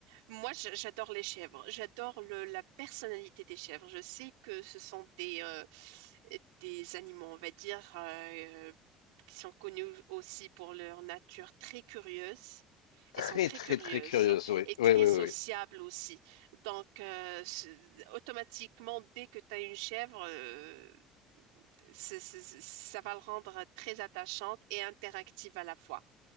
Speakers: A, on the right; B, on the left.
A: moi, j'a- j'adore les chèvres. J'adore le- la personnalité des chèvres. Je sais que ce sont des euh, des animaux, on va dire, euh, qui sont connus aussi pour leur nature très curieuse. Elles
B: Très,
A: sont très
B: très,
A: curieuses
B: très curieuse, oui.
A: et très
B: Oui, oui,
A: sociables
B: oui. oui.
A: aussi. Donc, euh, ce- automatiquement, dès que tu as une chèvre, euh, c'est- c'est- ça va le rendre très attachante et interactive à la fois.